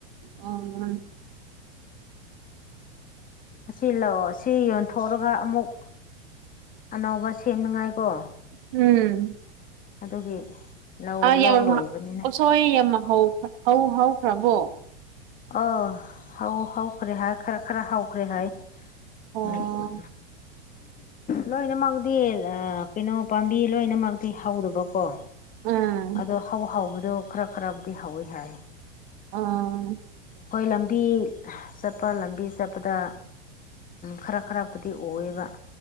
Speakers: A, on the right; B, on the left.
A: ꯑꯥ ꯃꯥꯅꯦ
B: ꯑꯁꯤ ꯂꯥꯎꯑꯣ ꯑꯁꯤ ꯌꯣꯟꯊꯣꯛꯂꯒꯥ ꯑꯃꯨꯛ ꯑꯅꯧꯕ ꯁꯦꯝꯅꯤꯉꯥꯏ ꯀꯣ
A: ꯎꯝ
B: ꯑꯗꯨꯒꯤ ꯂꯧ
A: ꯑꯥ ꯌꯥꯝ
B: ꯂꯧ ꯂꯣꯏꯕꯅꯤꯅ
A: ꯎꯁꯣꯏ ꯌꯥꯝꯅ ꯍꯧ ꯍꯧꯈ꯭ꯔꯕꯣ
B: ꯑꯥ ꯍꯥꯎ ꯍꯧꯎꯈ꯭ꯔꯦ ꯍꯥꯏ ꯈꯔ ꯈꯔ ꯍꯥꯎꯈ꯭ꯔꯦ ꯍꯥꯏ
A: ꯑꯣ
B: ꯎꯝ ꯎꯝ ꯂꯣꯏꯅꯃꯛꯇꯤ ꯀꯩꯅꯣ ꯄꯥꯝꯕꯤ ꯂꯣꯏꯅꯃꯛꯇꯤ ꯍꯧꯔꯕꯀꯣ
A: ꯎꯝ
B: ꯑꯗꯣ ꯍꯧ ꯍꯥꯎꯕꯗꯣ ꯈꯔ ꯈꯔꯕꯨꯗꯤ ꯍꯧꯋꯤ ꯍꯥꯏ
A: ꯑꯥ
B: ꯍꯣꯏ ꯂꯝꯕꯤ ꯆꯠꯄ ꯂꯝꯕꯤ ꯆꯠꯄꯗꯥ ꯈꯔ ꯈꯔ ꯕꯨꯗꯤ ꯑꯣꯏꯌꯦꯕ